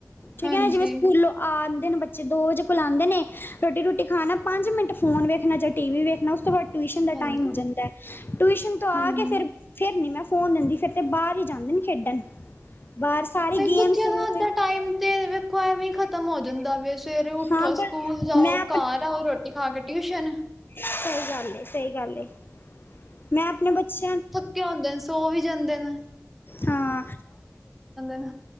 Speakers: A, on the left; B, in the centre.
A: ਠੀਕ
B: ਹਾਂਜੀ।
A: ਹੈ ਨਾ ਜਿਵੇਂ ਸਕੂਲੋਂ ਆ ਜਾਂਦੇ ਨੇ ਬੱਚੇ ਦੋ ਵਜੇ ਬੁਲਾਂਦੇ ਨੇ ਰੋਟੀ ਰੂਟੀ ਖਾਣਾ ਪੰਜ ਮਿੰਟ ਫੋਨ ਵੇਖਣਾ ਜਾਂ ਟੀ ਵੀ ਵੇਖਣਾ ਉਸ ਤੋਂ ਬਾਅਦ ਟਿਊਸ਼ਨ ਦਾ
B: ਹਾਂਜੀ।
A: ਟਾਈਮ ਹੋ ਜਾਂਦਾ ਹੈ ਟਿਊਸ਼ਨ ਤੋਂ ਆ
B: ਹੂੰ।
A: ਕੇ ਫਿਰ ਫਿਰ ਨਹੀਂ ਮੈਂ ਫੋਨ ਦਿੰਦੀ ਫਿਰ ਤਾਂ ਬਾਹਰ ਹੀ ਜਾਂਦੇ ਨੇ ਖੇਡਣ ਬਾਹਰ ਸਾਰੀ ਗੇਮਸ
B: ਬੱਚਿਆਂ ਦਾ ਅੱਧਾ
A: ਤੇ
B: ਟਾਈਮ ਤੇ ਵੇਖੋ ਐਵੇਂ ਖ਼ਤਮ ਹੋ ਜਾਂਦਾ ਵ ਸਵੇਰੇ ਉੱਠੋ
A: ਹਾਂ ਪਰ
B: ਸਕੂਲ ਜਾਓ
A: ਮੈਂ
B: ਘਰ ਆਓ ਰੋਟੀ ਖਾ ਕੇ ਟਿਊਸ਼ਨ
A: ਕੋਈ ਗੱਲ ਨਹੀਂ ਸਹੀ ਗੱਲ ਏ ਮੈਂ ਆਪਣੇ ਬੱਚਿਆਂ ਨੂੰ
B: ਤੇ ਹੁੰਦੇ ਨੇ ਸੌ ਵੀ ਜਾਂਦੇ ਨ
A: ਹਾਂ
B: ਨੇ।